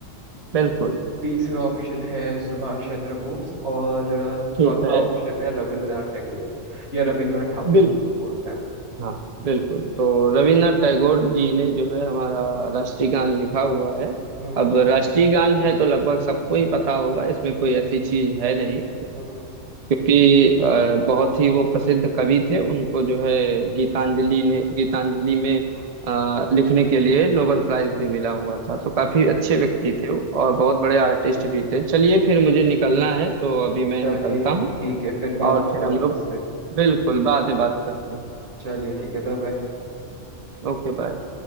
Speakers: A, on the right (about 45°); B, on the right (about 65°).
A: बिल्कुल
B: तीसरा ऑप्शन है सुभाष चंद्र बोस और अ,
A: ठीक
B: चौथा
A: है
B: ऑप्शन है रविंद्रनाथ टैगोर या रविंद्रनाथ ठाकुर
A: बिल्कुल
B: जिसको बोलते हैं
A: हाँ बिल्कुल तो रविन्द्रनाथ टैगोर जी ने जो है हमारा राष्ट्रीय गान लिखा हुआ है
B: हम्म
A: अब राष्ट्रीय गान है तो लगभग सबको ही पता होगा इसमें कोई ऐसी चीज है नहीं अ,
B: हम्म हम्म।
A: क्योंकि अ, बहुत ही वो प्रसिद्ध कवि थे उनको जो है गीतांजलि ने गीतांजलि में अ, लिखने के लिए नोबेल प्राइज भी मिला हुआ था तो काफी अच्छे व्यक्ति थे वो और बहुत बड़े आर्टिस्ट भी थे चलिए फिर मुझे निकलना है तो अभी मैं
B: चलिए
A: निकलता हूँ
B: ठीक है फिर बात
A: और
B: होगा
A: फिर हम
B: वापस
A: लोग
B: से
A: बिल्कुल बाद में बात करते हैं
B: चलिए ठीक है बाय बाय
A: Okay bye